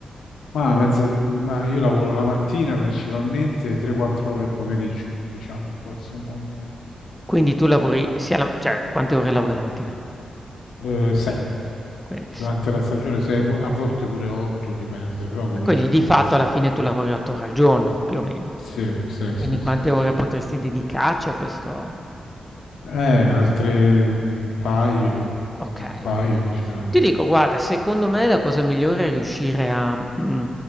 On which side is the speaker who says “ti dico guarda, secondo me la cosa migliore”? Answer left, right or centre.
Centre